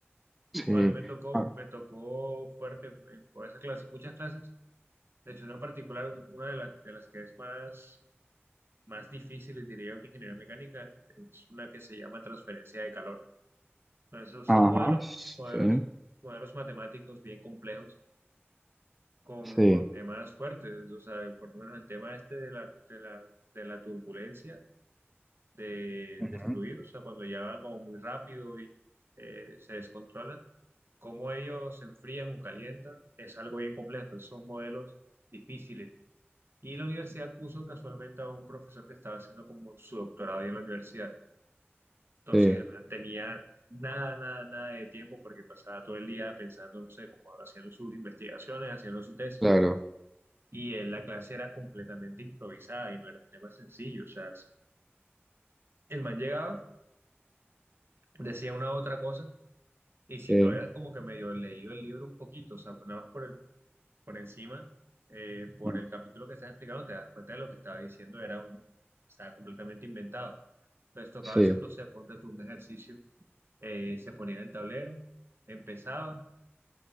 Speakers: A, in the centre; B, on the right.
A: sí.
B: A mí me tocó,
A: Ah,
B: me tocó fuerte en- por esas clases, muchas clases, de hecho una en particular, una de, las de las que es más, más difícil, diría yo, que ingeniería mecánica, es una que se llama transferencia de calor. Entonces,
A: Ajá,
B: son modelos,
A: sí,
B: modelos, modelos matemáticos bien complejos con,
A: sí.
B: con temas fuertes, o sea, por lo menos el tema este de la, de la, de la turbulencia de,
A: Ujú.
B: de fluidos, o sea, cuando ya van como muy rápido y eh, se descontrolan, cómo ellos se enfrían o calientan, es algo bien complejo, esos son modelos difíciles. Y la universidad puso casualmente a un profesor que estaba haciendo como su doctorado ahí en la universidad, entonces
A: Sí,
B: el man Ok. tenía... Nada, nada, nada de tiempo porque pasaba todo el día pensando, no sé, como haciendo sus investigaciones, haciendo su tesis
A: claro.
B: y en la clase era completamente improvisada y no era un tema sencillo. O sea, el man llegaba, decía una u otra cosa, y si
A: Sí,
B: tú habías como que medio leído el libro un poquito, o sea, nada más por, el- por encima, eh, por
A: ah,
B: el capítulo que estás explicando, te das cuenta de lo que estaba diciendo era un, estaba completamente inventado. Entonces tocaba
A: sí.
B: hacer, no sé, ponte tú un ejercicio, eh, se ponía en el tablero, empezaba,